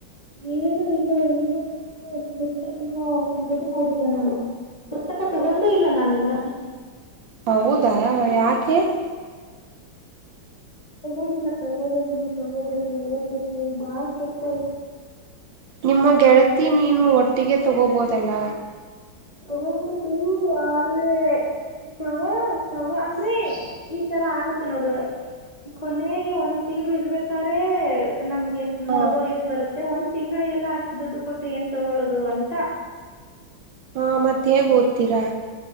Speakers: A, on the left; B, on the right.
A: ಏನು ಇಲ್ಲ ಇನ್ನೂ ಪುಸ್ತಕನ ತೆಗೆದು ಮಾಡಿಲ್ಲ ನಾನು ಪುಸ್ತಕ ತಗೊಂಡೇ ಇಲ್ಲ ನಾನ ಇನ್ನು
B: ಹೌದಾ ಯಾಕೆ
A: ತಗೊಂಡಿಲ್ಲ ತಗೋಬೇಕು ನೀಾವವು ತಗೋಬೇಕು ಯತ್ತು ಬಾಳ ಕೆಲಸಯ
B: ನಿಮ್ಮ ಗೆಳತಿ ನೀನು ಒಟ್ಟಿಗೆ ತೊಗೋಬೋದಲ್ಲ
A: ತಗಬೋದು ಆದ್ರೆ ತಗ ತಗ ಅಂದ್ರೆ ಈ ಈ ತರ ಆಗುತ್ತೆ ನೋಡು ಕೊನೆಗೆ ಒಂದ್ ತಿಂಗ್ಗಳು ಇರ್ಬೇಕ್ರೆ ನಮ್ಗೆ
B: ಹ
A: ತಗೋ ಇದು ಬರುತ್ತೆ ಒ ತಿಂಗಳ ಎಲ್ಲಾ ಅಷ್ಟು ದುಡ್ಡು ಕೊಟ್ಟು ಏನ್ ತಗೊಳ್ಳೋದು ಅಂತ
B: ಹಾ ಮತ್ತೆ ಹೇಗ್ ಓದ್ತೀರಾ